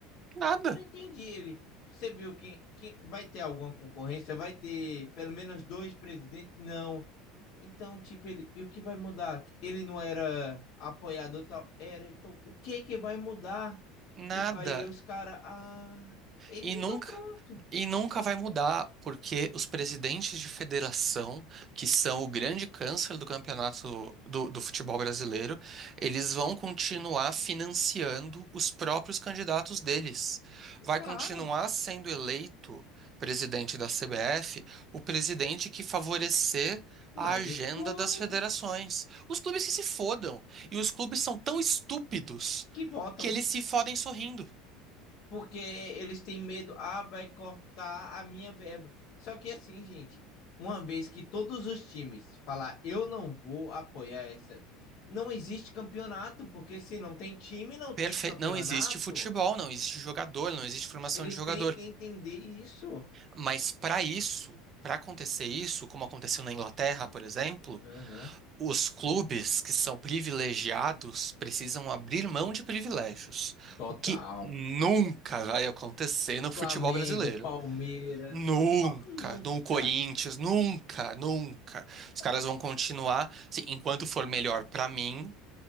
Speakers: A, on the right (about 25°); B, on the left (about 45°).
A: Nada.
B: não entendi. Ele, você viu que, que vai ter alguma concorrência? Vai ter pelo menos dois presidentes? Não. Então, tipo, ele, e o que vai mudar? Ele não era apoiador tal? Era. Então, o que que vai mudar?
A: Nada.
B: Tipo, aí os caras, ah, ele
A: E
B: então
A: nunca,
B: pronto.
A: e nunca vai mudar, porque os presidentes de federação, que são o grande câncer do campeonato do, do futebol brasileiro, eles vão continuar financiando os próprios candidatos deles. Vai
B: Claro.
A: continuar sendo eleito presidente da CBF o presidente que favorecer.
B: Mas
A: A agenda
B: os clubes,
A: das federações. Os clubes que se fodam. E os clubes são tão estúpidos
B: que votam,
A: que eles se fodem sorrindo.
B: porque eles têm medo, ah, vai cortar a minha verba. Só que assim, gente, uma vez que todos os times falar, eu não vou apoiar essa, não existe campeonato, porque se não tem time, não
A: Perfeito.
B: tem campeonato.
A: Não existe futebol, não existe jogador, não existe formação
B: Eles
A: de jogador.
B: têm que entender isso.
A: Mas para isso, para acontecer isso, como aconteceu na Inglaterra, por exemplo,
B: Aham,
A: os clubes que são privilegiados precisam abrir mão de privilégios,
B: Total.
A: o que nunca vai acontecer no futebol
B: Flamengo,
A: brasileiro.
B: Palmeiras,
A: Nunca,
B: São Paulo, nunca,
A: no Corinthians, nunca, nunca. Os
B: sabe?
A: caras vão continuar, assim, enquanto for melhor para mim,